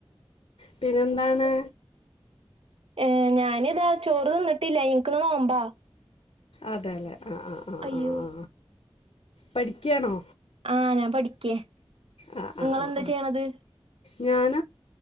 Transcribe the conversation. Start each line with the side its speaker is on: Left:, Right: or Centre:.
Left: പിന്നെെന്താണ്
Right: ഏ ഞാന് ഇതാ ചോറ് തിന്നിട്ടില്ല എനിക്കിന്ന് നോമ്പാ
Left: അതെ അല്ലെ ആ ആ ആ
Right: അയ്യോ
Left: ആ ആ പഠിക്കുകയാണോ
Right: ആ ഞാൻ പഠിക്കേ
Left: ആ ആ
Right: നിങ്ങളെന്താ
Left: ആ ആ
Right: ചെയ്യണത്
Left: ഞാൻ